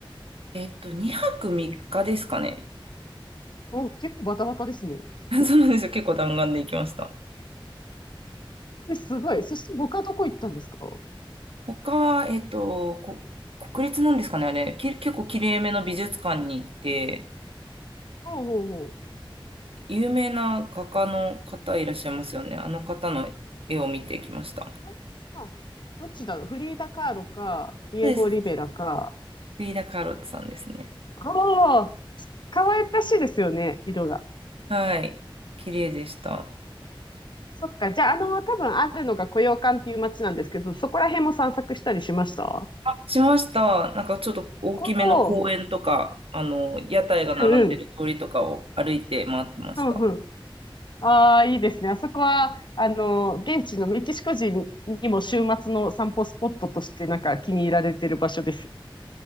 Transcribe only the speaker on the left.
お、結構バタバタですね。
え、すごい。そして他どこ行ったんですかほ
うほうほう。
あまあどっちだろうフリーダ・カーロか、ディエゴ・
リベラか。
ああ、可愛らしいですよね、色が。
そっか。じゃあ、あの、多分あるのがコヨーカンっていう街なんですけど、そこら辺も散策したりしました
おおー。
うんうん。うんああ、いいですね。あそこは、あの、現地のメキシコ人にも週末の散歩スポットとしてなんか気に入られてる場所です。